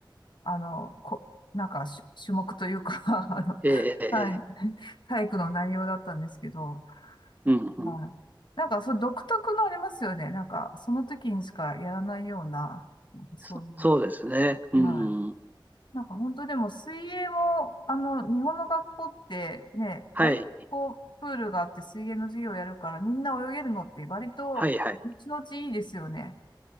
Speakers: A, on the left (about 65°); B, on the right (about 20°).
A: あの、こ、なんかし種目というか <laughs> あの、
B: ええ、ええ、
A: はい、
B: ええ
A: <laughs> 体育の内容だったんですけど、
B: うんうん。
A: はい。なんか、そう、独特のありますよね。なんか、その時にしかやらないような、なんかそういう、
B: そそうですね。う
A: はい。
B: ん。
A: なんか、本当でも、水泳も、あの、日本の学校ってね、
B: はい。
A: 大体こう、プールがあって水泳の授業やるから、みんな泳げるのって割と、
B: はいはい。
A: 後々いいですよね。